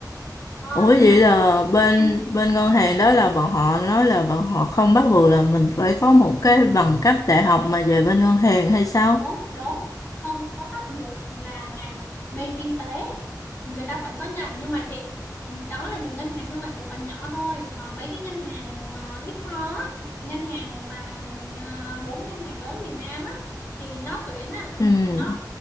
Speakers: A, on the left (about 30°); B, on the left (about 50°).
A: ờ,
B: ủa vậy
A: nhưng mà
B: là bên
A: thế nhưng-
B: bên ngân hàng đó là bọn họ nói là bọn họ không bắt buộc là mình phải có một cái bằng cấp đại học mà về bên ngân hàng hay sao
A: đúng đúng không có bắt buộc là ngành bên kinh tế người ta vẫn có nhận nhưng mà chị đó là những ngân hàng thương mại cổ phần nhỏ thôi còn mấy cái ngân hàng mà Big Four á, ngân hàng mà à, bốn ngân hàng lớn Việt Nam á thì nó tuyển á
B: ừ
A: là nó